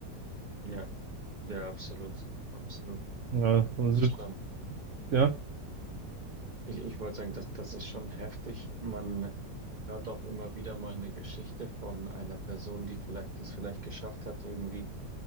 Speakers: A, on the right (about 35°); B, on the right (about 85°).
A: Ja. Ja, absolut. Absolut.
B: Ja, und
A: Das
B: Süd
A: ist schon.
B: ja.
A: Ich, ich wollte sagen, das, das ist schon heftig. Man hört auch immer wieder mal eine Geschichte von einer Person, die vielleicht, die es vielleicht geschafft hat, irgendwie